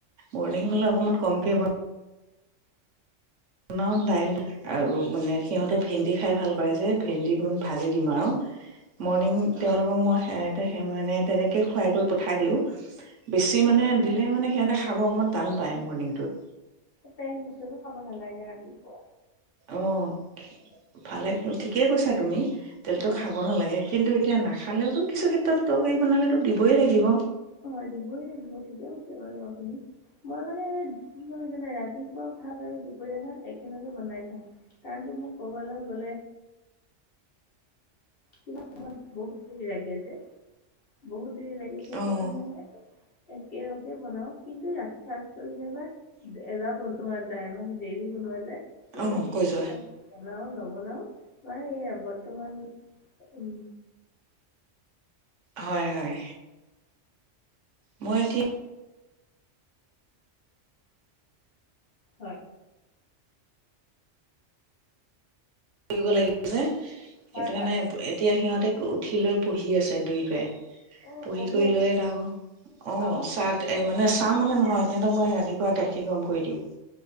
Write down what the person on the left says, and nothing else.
হয়
অ'
তেল বস্তুটো খাব নালাগে, ৰাতিপুৱা।
হয়
অ', দিবই লাগিব ঠিকে কছে বাৰু আপুনি, মই মানে কি কৰোঁ জানে ৰাতিপুৱা ভাত আৰু দুপৰীয়া ভাত একেলগে বনাই থওঁ। কাৰণটো, মোক ক'বালৈ গ'লে, <inaudible> কিবা সময়ত বহুতৰি লাগে যে বহুত চেই লাগিছে সেইটো
কাৰণে মই একেলগে বনাও কিন্তু ৰাতিৰ সাঁজটো যেনিবা এবাৰ বনোৱা যায় মানে দেৰিও বনোৱা যায়। সেয়া
দুপৰীয়া
সাঁজ বনাও নবনাও মানে এই বৰ্তমান উম।
হয়।
হয়
হয়
অঁ
আছে
আমাৰ